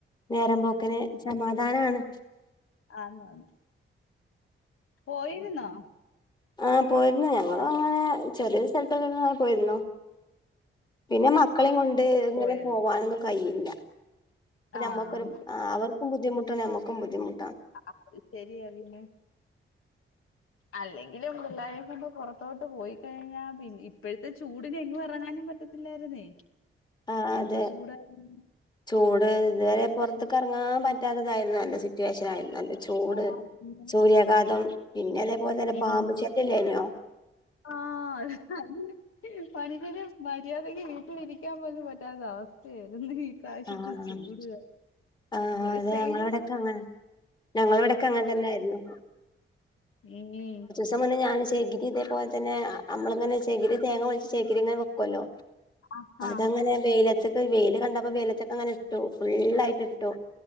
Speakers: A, on the left (about 20°); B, on the left (about 85°).
A: നേരം പോക്കിന് സമാധാനാണ്.
B: ആന്നു ആണ് പോയിരുന്നോ
A: ആ പോയിരുന്നു. ഞങ്ങളും അങ്ങനെ ചെറിയൊരു സ്ഥൽത്തൊക്കെ അങ്ങനെ പോയിരുന്നു പിന്നെ മക്കളിം കൊണ്ട് ഇങ്ങനെ
B: പോയിരുന്നു
A: പോവാനൊന്നും കഴിയില്ല
B: ആഹ്
A: ഞമ്മക്കൊരു ആ അവർക്കും ബുദ്ധിമുട്ടാണ്, ഞമ്മക്കും ബുദ്ധിമുട്ടാ.
B: അത് ശെരിയാ പിന്നെ അല്ലെങ്കിലും പിള്ളേരിം കൊണ്ട് പുറത്തോട്ട് പോയി കഴിഞ്ഞാൽ പിന്നെ ഇപ്പഴത്തെ ചൂടിന് എങ്ങും എറങ്ങാനും പ റ്റത്തില്ലായിരുന്നേ.
A: ആഹ്
B: എന്ത്
A: അതെ
B: ചൂടായിരുന്നു.
A: ചൂട് ഇതുവരെ പൊർത്ത്ക്ക് എറങ്ങാൻ പറ്റാത്തതായിരുന്നല്ലോ, സിറ്റുവേഷൻ ആയിരുന്നല്ലോ. ചൂട്,
B: ആഹ് പിന്നെ
A: സൂര്യാഘാതം. പിന്ന അതേപോലെ തന്നെ
B: ഉം
A: പാമ്പു ശല്യല്ലയിനോ
B: ആഹ് <unintelligible> പരീക്ഷക്ക് മര്യാദക്ക് വീട്ടിലിരിക്കാൻ പോലും പറ്റാത്ത അവസ്ഥയായിരുന്നു ഇപ്രാവശ്യത്തെ
A: ആഹ്
B: ചൂട് കാരണം
A: ആഹ്
B: ഒരു
A: അതെ
B: സൈഡ്
A: ഞങ്ങളവിടൊക്കെ അങ്ങനെ, ഞങ്ങളവിടൊക്കെ അങ്ങൻ തന്നെയായിരുന്നു
B: എനി
A: സത്യം പർഞ്ഞാൽ ഞാൻ ചകിരി ഇതേപോലെ തന്നെ, നമ്മളിങ്ങനെ ചകിരി തേങ്ങ പൊളിച്ച് ചകിരി ഇങ്ങനെ വെക്കുല്ലോ.
B: ആഹാ
A: അതങ്ങനെ വെയിലത്ത്ക്ക്, വെയിൽ കണ്ടപ്പോ, വെയിലത്ത്ക്ക് അങ്ങനെ ഇട്ടു. ഫുള്ളായിട്ട് ഇട്ടു.